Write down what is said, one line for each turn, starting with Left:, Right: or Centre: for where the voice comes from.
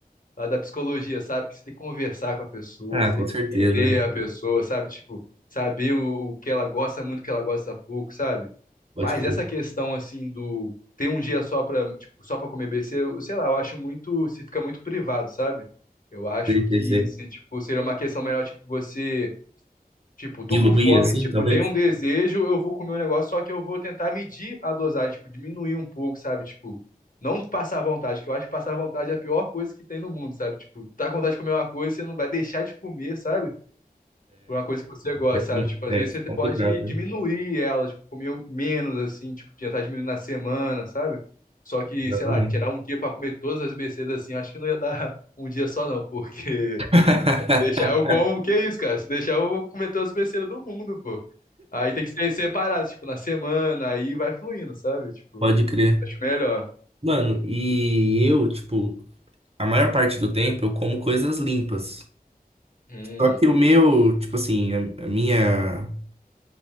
Left: lado da psicologia, sabe? Que você tem que conversar com a pessoa,
Right: Ah,
Left: você
Right: com
Left: tem que
Right: certeza,
Left: entender
Right: né?
Left: a Uhum. pessoa, sabe? Tipo, saber o, o que ela gosta muito, o que ela gosta pouco, sabe?
Right: Pode
Left: Mas
Right: crer.
Left: essa questão assim do ter um dia só para, tipo, só para comer besteira, eu, sei lá, eu acho muito, se fica muito privado, sabe? Eu acho
Right: Sei,
Left: que
Right: sei, sei.
Left: se, tipo, seria uma questão melhor, tipo, você, tipo, tô
Right: Diluir
Left: com fome,
Right: assim,
Left: tipo,
Right: talvez?
Left: tenho um desejo, eu vou comer um negócio, só que eu vou tentar medir a dosagem, tipo, diminuir um pouco, sabe? Tipo, não passar vontade, que eu acho que passar vontade é a pior coisa que tem no mundo, sabe? Tipo, tá com vontade de comer uma coisa, você não vai deixar de comer, sabe? por uma coisa que você gosta,
Right: É, com-
Left: sabe? Tipo, às
Right: é,
Left: vezes
Right: isso é
Left: você
Right: complicado,
Left: pode diminuir
Right: né?
Left: ela, tipo, comer um menos, assim, tipo, tentar diminuir na semana, sabe? Só que,
Right: Exatamente.
Left: sei lá, tirar um dia pra comer todas as besteiras assim, acho que não ia dar <laughs> um dia só, não, porque
Right: <laughs>
Left: <laughs> deixar eu como, que é isso, cara? Se deixar eu vou comer todas as besteiras do mundo, pô. Aí tem que ser separado, tipo, na semana, aí vai fluindo, sabe? Tipo,
Right: Pode crer.
Left: acho melhor.
Right: Mano, e eu, tipo, a maior parte do tempo eu como coisas limpas.
Left: Hum.
Right: Só que o meu, tipo assim, a, a minha.